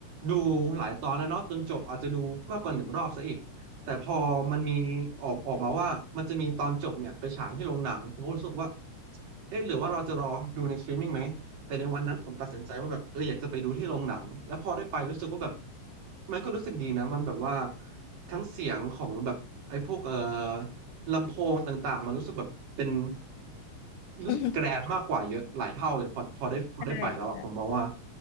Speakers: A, on the right; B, on the left.
A: ดูหลายตอนแล้วเนาะจนจบอาจจะดูมากกว่าหนึ่งรอบซะอีกแต่พอมันมีออกออกมาว่ามันจะมีตอนจบเนี่ยไปฉายที่โรงหนังผมก็รู้สึกว่าเอ๊ะหรือว่าเราจะรอดูในสตรีมมิ่งไหม แต่ในวันนั้นผมตัดสินใจว่าแบบเอออยากจะไปดูที่โรงหนังแล้วพอได้ไปรู้สึกว่าแบบมันก็รู้สึกดีนะมันแบบว่าทั้งเสียงของแบบไอ้พวกเอ่อลำโพงต่างๆมันรู้สึกแบบเป็นรู้สึกแกรนด์มากกว่าเยอะหลายเท่าเลยพอพอได้พอได้ไปแล้วอะผมมองว่า
B: <laughs> ใช่ใช่